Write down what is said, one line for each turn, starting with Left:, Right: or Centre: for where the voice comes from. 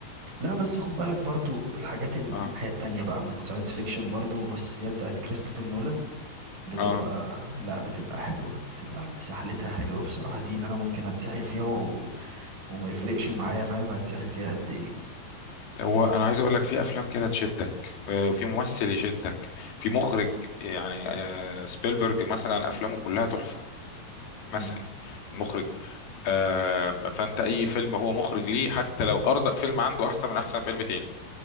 Right: لا بس خد بالك برضو الحاجات الناحية
Left: اه
Right: التانية بقى من الساينس فيكشن برضو بس اللي هي بتاعت كريستوفر نولان بتبقى
Left: اه
Right: لا بتبقى حلوة بتبقى سحلتها حلوة بصراحة دي اللي انا ممكن اتسحل فيها وما يفرقش معايا فاهم هتسحل فيها قد ايه
Left: هو انا عايز اقول لك في افلام كده تشدك آه، وفي ممثل يشدك في مخرج يعني آه، سبيلبرج مثلا افلامه كلها تحفه مثلا
Right: مم.
Left: المخرج آه فانت اي فيلم هو مخرج ليه حتى لو اردأ فيلم عنده احسن من احسن فيلم تاني